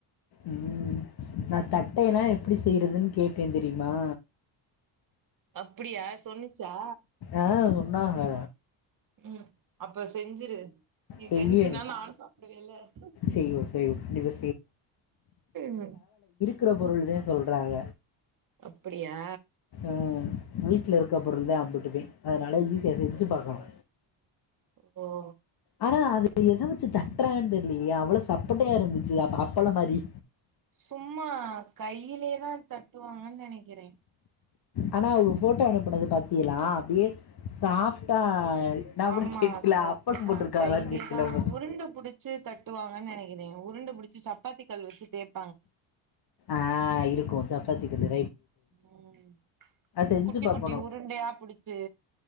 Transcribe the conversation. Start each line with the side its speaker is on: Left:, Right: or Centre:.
Left: உம் நா தட்டைனா எப்படி செய்யறதுன்னு கேட்டே தெரியுமா
Right: அப்படியா சொன்னிச்சா
Left: ஆஹ் சொன்னாங்க
Right: உம் அப்ப செஞ்சிரு நீ
Left: செய்யணு
Right: செஞ்சீனா நானு சாப்பிடுவே இல்ல
Left: செய்வோ செய்வோ கண்டிப்பா
Right: ம்
Left: கிற பொருள்தே சொல்றாக
Right: அப்படியா
Left: உம் வீட்டுல இருக்க பொருள்தா அம்புட்டுமே அதனால ஈஸியா செஞ்சு பாக்கலா
Right: ஓ
Left: ஆனா அது எத வச்சு தட்டுறாங்கன் தெரிலிலே அவ்ளோ சப்புன்ட்டே இருந்துச்சு அப்ப அப்பள மாரி
Right: சும்மா கையிலேதா தட்டு வாங்கன் நெனைக்கிறே
Left: ஆனா அவங்க போட்டோ அனுப்புனது பாத்தீகலா அப்படியே சாஃப்டா நா
Right: ஆமா
Left: கூட கேட்டேல
Right: அது
Left: அப்பளம்
Right: அப்படித்தா
Left: போட்டிருக்காங்களான்னு
Right: கையிலயே
Left: கேட்டேல
Right: தா
Left: உன்ட்ட
Right: உருண்ட புடிச்சு தட்டுவாங்கன் நெனைக் கிறே உருண்ட பிடிச்சு சப்பாத்தி கல் வச்சு தேப்
Left: ஆஹ் இருக்கு சப்பாத்தி கல்லு
Right: ம்
Left: செஞ்சு
Right: குட்டி
Left: பாக்கணு
Right: குட்டி உருண்டையா புடிச்சு